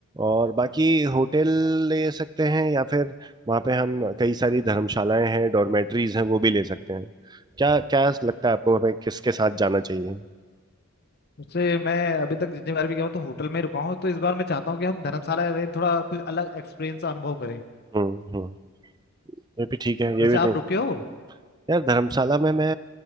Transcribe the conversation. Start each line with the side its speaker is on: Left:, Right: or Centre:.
Right: और बाकी होटल ले सकते हैं या फिर वहाँ पे हम कई सारी धर्मशालाएं हैं डॉर्मेट्रीज हैं वो भी ले सकते हैं क्या क्या लगता है आपको हमें किसके साथ जाना चाहिए
Left: उससे मैं अभी तक जितनी बार भी गया हूँ तो होटल में ही रुका हूँ तो इस बार मैं चाहता हूँ कि हम धर्मशाला में थोड़ा कुछ अलग एक्सपीरियंस अनुभव करें
Right: हम्म हम्म ये भी ठीक है ये
Left: वैसे
Right: भी
Left: आप
Right: ठीक
Left: रुके हो
Right: यार धर्मशाला में मैं